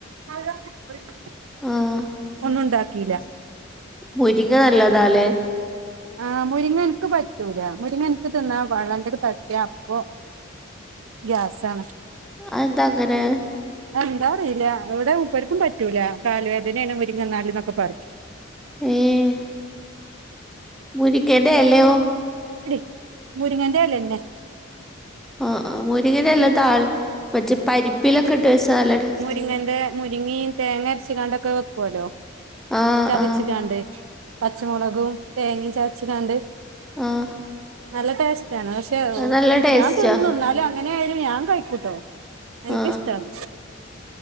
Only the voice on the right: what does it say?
<unintelligible>
ഒന്നുണ്ടാക്കീല്ലാ
ആഹ് മുരിങ്ങ ഇൻക്ക് പറ്റൂലാ മുരിങ്ങ ഇൻക്ക് തിന്നാ പള്ളേമ്മില് തട്ടിയാ അപ്പൊ ഗ്യസാണ്
അത് എന്താ അറീല്ലാ ഇവിടെ മുപ്പർക്കും പറ്റൂലാ കാല് വേദനേണ് മുരിങ്ങന്നാല് എന്നൊക്കെ പറയും
ഇടി മുരിങ്ങന്റെലെന്നെ
ങ്ങന്റെ മുരിങ്ങിയും തേങ്ങരച്ച്ങ്ങാണ്ടൊക്കെ വെക്കുവല്ലോ
ചതച്ച്ങ്ങാണ്ട്
പച്ചമുളകും തേങ്ങയും ചതച്ച്ങ്ങാണ്ട്
നല്ല ടേസ്റ്റാണ് പക്ഷേ <unintelligible>
ഞാൻ തിന്നും ഇന്നാലും അല്ല എങ്ങനെയാലും ഞാൻ കഴിക്കൂട്ടോ എനിക്കിഷ്ട്ടാണ്